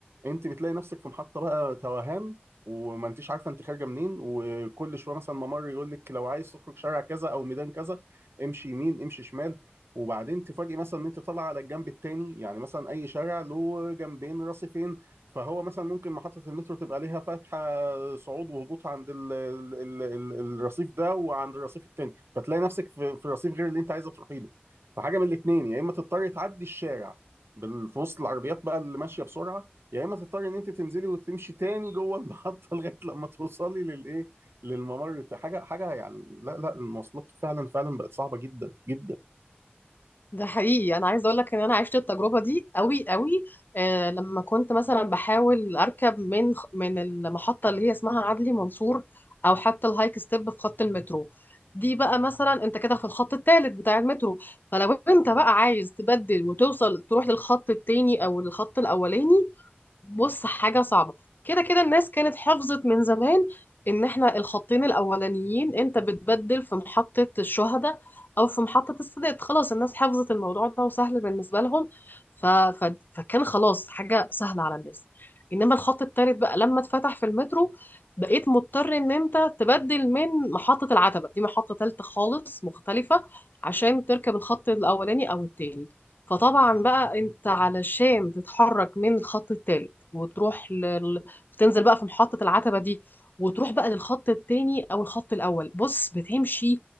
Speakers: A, on the right; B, on the left.
A: انت بتلاقي نفسك في محطة بقى توهان وما انتيش عارفة انت خارجة منين وكل شوية مثلا ممر يقول لك لو عايز تخرج شارع كذا او ميدان كذا امشي يمين امشي شمال وبعدين تفاجئ مثلا ان انت طالع على الجنب التاني يعني مثلا اي شارع له جنبين رصيفين فهو مثلا ممكن محطة المترو تبقى ليها فتحة صعود وهبوط عند ال ال ال ال الرصيف ده وعند الرصيف التاني فتلاقي نفسك في, في رصيف غير اللي انت عايزة تروحي له فحاجة من الاتنين يا اما تضطري تعدي الشارع بال- في وسط العربيات بقى اللي ماشية بسرعة يا اما تضطري ان انت تنزلي وتمشي تاني جوه المحطة <laughs> لغاية لما توصلي للايه للممر بتاع- حاجة حاجة يعني لا لا المواصلات فعلا فعلا بقت صعبة جدا جدا
B: ده حقيقي انا عايزه اقول لك ان انا عشت التجربه دي قوي قوي آه لما كنت مثلا بحاول اركب من خ- من المحطه اللي هي اسمها عدلي منصور او حتى الهايك ستيب في خط المترو دي بقى مثلا انت كده في الخط الثالث بتاع المترو فلو انت بقى عايز تبدل وتوصل تروح للخط التاني او الخط الاولاني بص حاجة صعبة كده كده الناس كانت حفظت من زمان ان احنا الخطين الاولانيين انت بتبدل في محطة الشهداء او في محطة السادات خلاص الناس حفظت الموضوع ده وسهل بالنسبة لهم ف... ف... فكان خلاص حاجة سهلة على الناس انما الخط التالت بقى لما اتفتح في المترو بقيت مضطر ان انت تبدل من محطة العتبة دي محطة تالتة خالص مختلفة عشان تركب الخط الاولاني او التاني فطبعا بقى انت علشان تتحرك من الخط التالت وتروح لل... تنزل بقى في محطة العتبة دي وتروح بقى للخط التاني او الخط الاول بص بتمشي